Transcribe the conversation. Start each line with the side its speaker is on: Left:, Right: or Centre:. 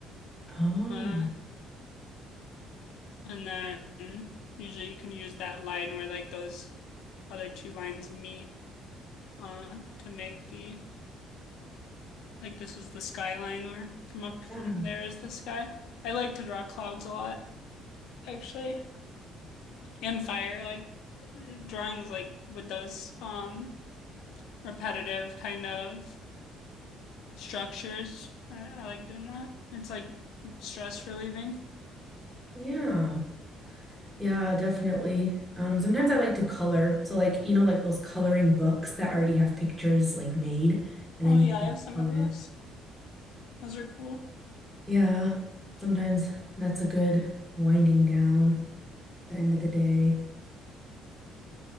Centre: oh
Left: Uh, and then usually you can use that line where like those other two lines meet uh to make the like this is the skyline where from up from
Centre: yeah
Left: there is the sky. I like to draw clouds a lot actually and fire like drawings like with those um repetitive kind of structures. I, I like doing that. It's like stress relieving.
Centre: yeah Yeah, definitely. Um, sometimes I like to color. So like, you know, like those coloring books that already have pictures like made and
Left: Oh
Centre: then you
Left: yeah,
Centre: can
Left: I have some
Centre: color.
Left: of those. Those are cool.
Centre: Yeah, sometimes that's a good winding down the end of the day.